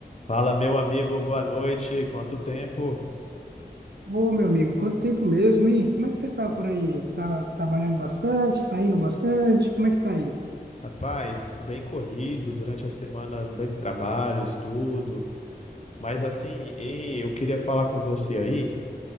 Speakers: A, on the left (about 40°); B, on the right (about 80°).
A: Fala, meu amigo, boa noite. Quanto tempo?
B: Ô, meu amigo, quanto tempo mesmo, hein? Como é que você tá por aí? Tá trabalhando bastante, saindo bastante? Como é que tá aí?
A: Rapaz, bem corrido durante a semana, bem trabalho, estudo. Mas assim, e eu queria falar com você aí.